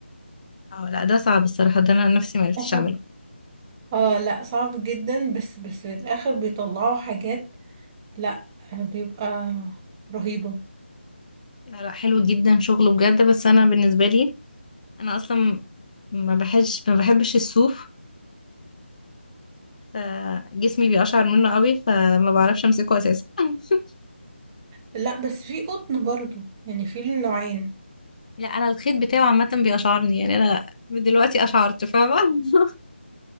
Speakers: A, on the left; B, on the right.
A: اه لا ده صعب الصراحه ده انا نفسي ما عرفتش
B: اصعب
A: اعمله
B: اه لا صعب جدا بس بس في الاخر بيطلعوا حاجات لا بيبقى رهيبة
A: لا لا حلو جدا شغله بجد بس انا بالنسبه لي انا اصلا ما بحبش ما بحبش الصوف فجسمي بيقشعر منه قوي فما بعرفش امسكه اساسا <laughs>
B: لا بس في قطن برضو يعني في النوعين
A: لا انا الخيط بتاعه عامه بيقشعرني يعني انا من دلوقتي قشعرت فاهمه <laughs>